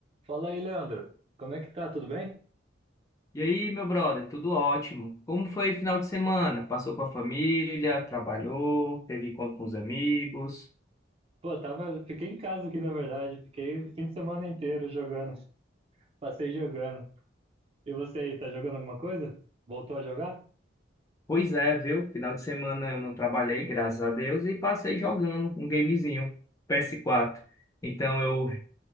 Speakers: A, on the right (about 30°); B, on the left (about 20°).
A: Fala aí, Leandro. Como é que tá? Tudo bem?
B: E aí, meu brother, tudo ótimo? Como foi o final de semana? Passou com a família, trabalhou, teve encontro com os amigos?
A: Pô, tava, fiquei em casa aqui, na verdade. Fiquei o fim de semana inteiro jogando. Passei jogando. E você aí, tá jogando alguma coisa? Voltou a jogar?
B: Pois é, viu? Final de semana eu não trabalhei, graças a Deus, e passei jogando um gamezinho, PS4. Então eu